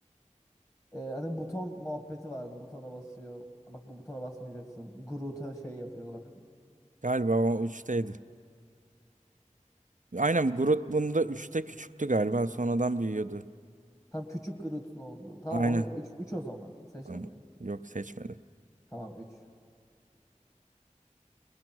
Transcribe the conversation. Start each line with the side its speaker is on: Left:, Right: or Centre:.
Left: Ee, hani buton muhabbeti vardı. Butona basıyor. Bak bu butona basmayacaksın. Groot'a şey yapıyor bak.
Right: Galiba o üçteydi. Aynen
Left: Seç-
Right: Groot bunda 3'te küçüktü galiba sonradan büyüyordu.
Left: Tam küçük Groot'un oldu. Tamam
Right: Aynen.
Left: onu üç 3 o zaman. Seçtin
Right: Tamam.
Left: mi?
Right: Yok seçmedim.
Left: Tamam üç.